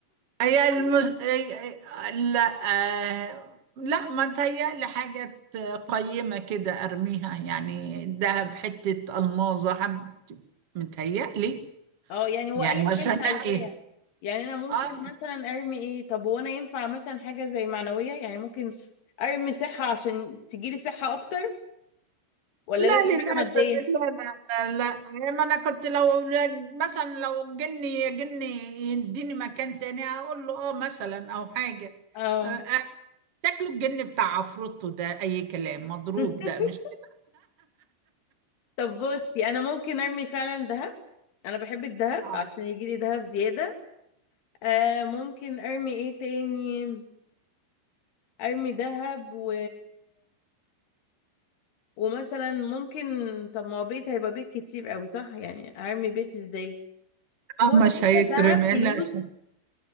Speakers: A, on the right; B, on the left.
A: هي المز... آه، آه، لا آه لا ما تهيألي حاجة قيمة كده ارميها يعني دهب حتة الماظة حب متهيألي
B: اه يعني هو
A: يعني
B: اي حاجه
A: بس
B: انت
A: انا
B: عايزاها
A: ايه
B: يعني انا ممكن
A: اه
B: مثلا ارمي ايه طب هو انا ينفع مثلا حاجه زي معنويه يعني ممكن ارمي صحه عشان تجيلي صحه اكتر ولا
A: لا
B: لازم
A: للأسف
B: حاجه ماديه
A: لا لا لا, لا. ما أنا كنت لو لو- مثلا لو جني جني يديني مكان تاني أقول له آه مثلا أو حاجة
B: اه
A: آه، آه، شكله الجن بتاع عفروتو ده أي كلام مضروب
B: <laughs>
A: ده مش كده
B: طب بصي انا ممكن ارمي فعلا ذهب انا بحب الذهب
A: آه
B: عشان يجيلي ذهب زياده آه ممكن ارمي ايه تاني ارمي ذهب و... ومثلا ممكن طب ما هو بيت هيبقى بيت كتير قوي صح يعني ارمي بيت ازاي
A: آه
B: هو
A: مش
B: انا شايفه
A: هيترمي
B: الذهب فلوس
A: لا ش-